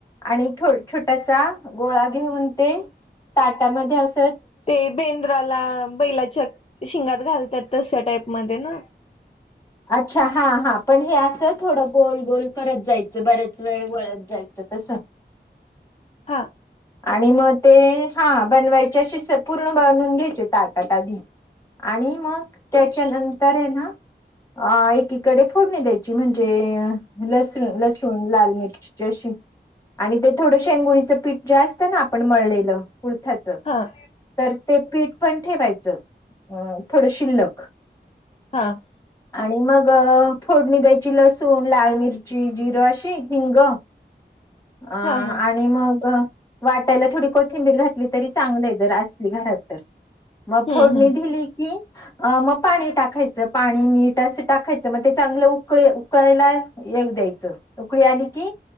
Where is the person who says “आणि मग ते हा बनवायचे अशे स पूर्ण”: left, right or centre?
Left